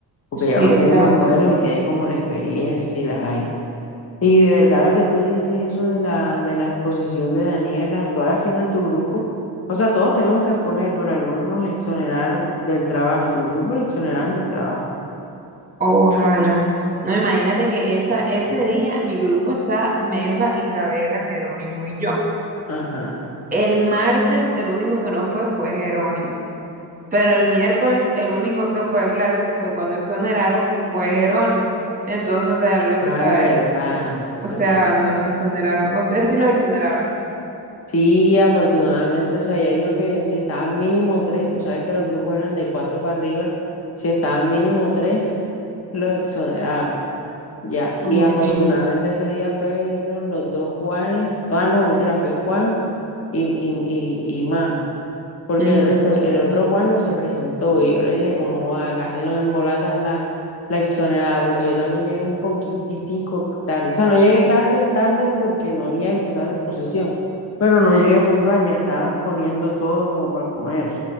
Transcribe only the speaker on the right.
Sí,
exacto.
Ojalá.
No, imagínate que esa, ese día mi grupo está Melba, Isabela, Jerónimo y yo.
El martes el único que no fue fue Jerónimo. Pero el miércoles, el único que fue a clase que fue cuando exoneraron, fue Jerónimo. Entonces, o sea, el único
que estaba,
o
sea, no nos exoneraron. A ustedes sí los exoneraron.
Ay,
Ujú.